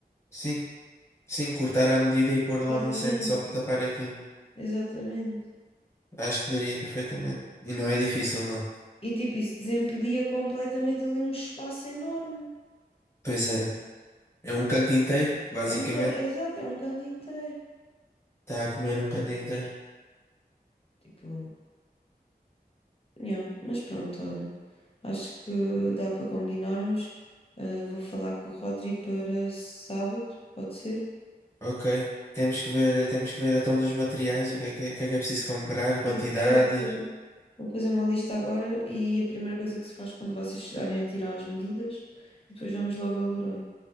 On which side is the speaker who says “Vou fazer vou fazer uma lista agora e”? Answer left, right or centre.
Left